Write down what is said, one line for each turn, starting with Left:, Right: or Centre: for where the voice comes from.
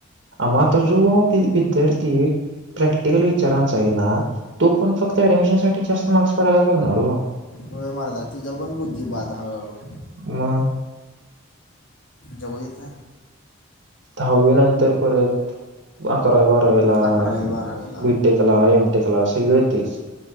Right: आम तर जव विद्यार्थी एक प्रॅक्टिकल विचारांचा आहे ना तो पण फक्त ऍडमिशन साठी जास्त मार्क्स पाडायलाच लागणार हो
Left: हळ मारतात ती ज बनबुती बाद हळूहळू
Right: मग
Left: जगू देत
Right: दहावी नंतर परत अकराव बाराव्याला
Left: अकरावी बारावीला
Right: बीटेकला एमटेकला सगळ तेच